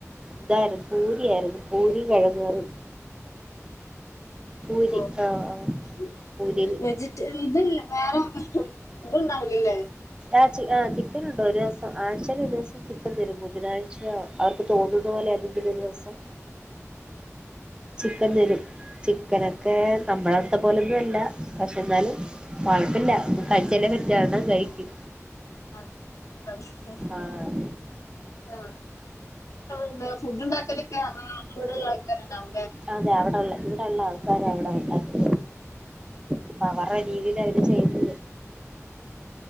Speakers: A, on the right (about 15°); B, on the left (about 75°).
A: ഇതായിരുന്നു പൂരിയായിരുന്നു പൂരിയും കിഴങ്ങ് കറിയും പൂരി
B: ആഹ്
A: ആ ആ
B: <unintelligible>
A: പൂരിയിൽ
B: ഇതല്ല വേറെ ഇതുണ്ടാവലല്ലേ
A: ആഹ് ആഹ് ചിക്കൻ ഉണ്ട് ഒരു ദിവസം ആഴ്ചയിൽ ഒരു ദിവസം ചിക്കൻതരും ബുധനാഴ്ച അവർക്ക് തോന്നുന്ന പോലെ ഏതെങ്കിലും ഒരു ദിവസം ചിക്കൻ തരും ചിക്കനൊക്കെ നമ്മുടെ അടുത്തെ പോലൊന്നും അല്ല പക്ഷെ എന്നാലും കുഴപ്പില്ല കഴിച്ചല്ലേ പറ്റു <unintelligible> കഴിക്കും
B: ആഹ് <unintelligible>
A: ആഹ്
B: ആഹ് അതെ ഫുഡ് ഉണ്ടാക്കലൊക്കെ ഇവിടെ ആൾക്കാറുണ്ടാവും ല്ലെ
A: അതെ അവിടെള്ള ഇവിടെ ഉള്ള ആൾക്കാരെ അവിടെ ഉണ്ടാക്കുന്നത് അപ്പ അവരെ രീതിൽ അവര് ചെയ്ത്